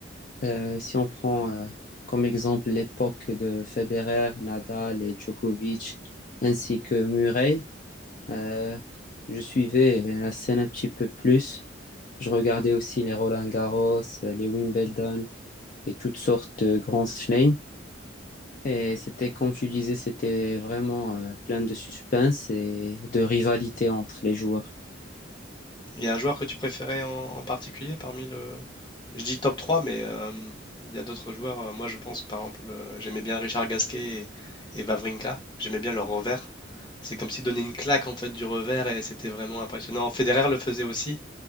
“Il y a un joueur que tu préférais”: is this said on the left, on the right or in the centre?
Left